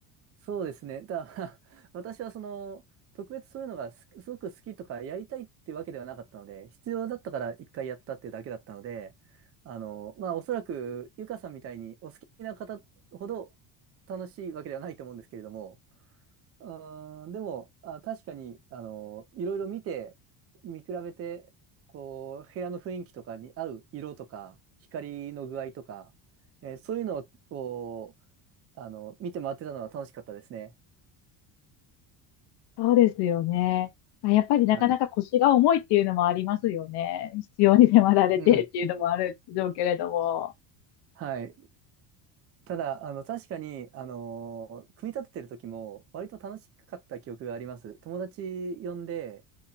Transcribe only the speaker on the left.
そうですよね。まあ、やっぱりなかなか腰が重いっていうのもありますよね。
必要に迫られてっていうのもあるでしょうけれども。